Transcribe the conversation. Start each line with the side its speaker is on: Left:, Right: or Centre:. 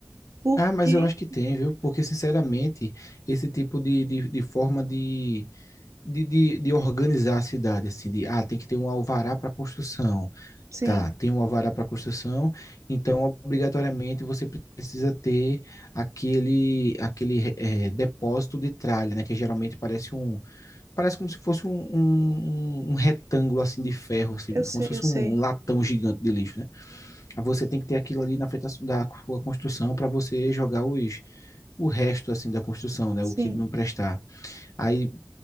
Right: Porque,
Left: Ah, mas eu acho que tem, viu? Porque, sinceramente, esse tipo de, de, de forma de, de, de, de organizar a cidade, assim, de, ah, tem que ter um alvará para construção,
Right: sim,
Left: Tá, tem um alvará para construção, então obrigatoriamente você precisa ter aquele aquele eh, depósito de tralha, né? Que geralmente parece um parece como se fosse um, um, um um retângulo assim de ferro, assim,
Right: eu sei,
Left: como se fosse
Right: eu sei.
Left: um um latão gigante de lixo, né? Aí Você tem que ter aquilo ali na frente da su- da sua construção para você jogar os o resto assim da construção, né?
Right: Sim,
Left: O que não prestar. Aí,